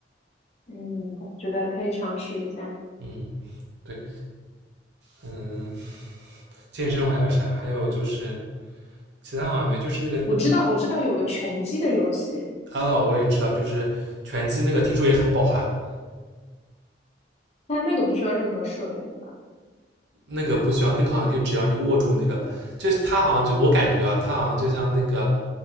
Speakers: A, on the left; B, on the right.
A: 嗯，我觉得可以尝试一下。
B: 嗯，对，嗯，健身我还有啥？还有就是其他好像没，就是那个
A: 我知道，我知道有个拳击的游戏，
B: 哦，我也知道，就是拳击那个，听说也很爆汗。
A: 但那个不需要任何设备，对吧？
B: 那个不需要，那个好像就只要你握住那个，就是他好像就我感觉啊，他好像就像那个